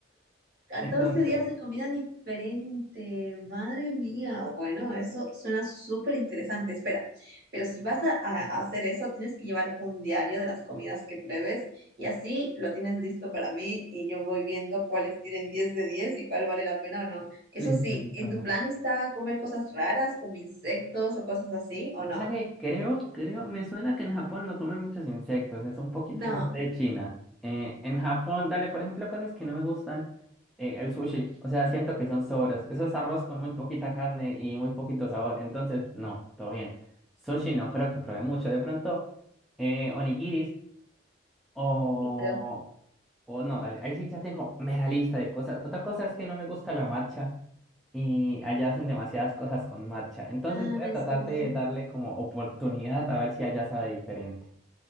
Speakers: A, on the right; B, in the centre.
A: catorce
B: Entonces,
A: días de comida diferente. Madre mía. Bueno, eso suena súper interesante. Espera, pero si vas a, a- a hacer eso, tienes que llevar un diario de las comidas que pruebes y así lo tienes listo para mí y yo voy viendo cuáles tienen 10 de 10 y cuál vale la pena o no. Eso
B: listo,
A: sí,
B: listo,
A: ¿en tu plan está comer cosas raras como insectos o cosas así o
B: Dale,
A: no?
B: creo, creo, me suena que en Japón no comen muchos insectos, es un poquito
A: No.
B: más de China. Eh, en Japón, dale, por ejemplo, cosas que no me gustan, eh, el sushi, o sea, siento que son sobras. Eso es arroz con muy poquita carne y muy poquito sabor, entonces, no, todo bien. Sushi no creo que probé mucho, de pronto, eh, onigiris o...
A: Claro.
B: o no, dale, ahí sí ya tengo mera lista de cosas. Otra cosa es que no me gusta la matcha y allá hacen demasiadas cosas con matcha. Entonces
A: Ah,
B: voy
A: es
B: a tratar
A: verdad.
B: de darle como oportunidad a ver si allá sabe diferente.